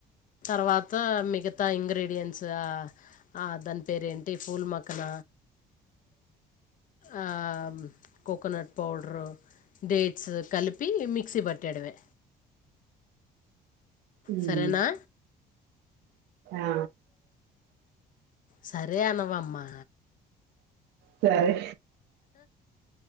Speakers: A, on the left; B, on the right.
A: తర్వాత మిగతా ఇంగ్రీడియంట్స్ ఆ దాని పేరేంటి పూలమక్కన ఆ కోకోనట్ పౌడరు డేట్స్ కలిపి మిక్సీ పట్టడమె
B: ఉమ్,
A: సరేనా
B: ఆ
A: సరే అనవామ్మా
B: సరే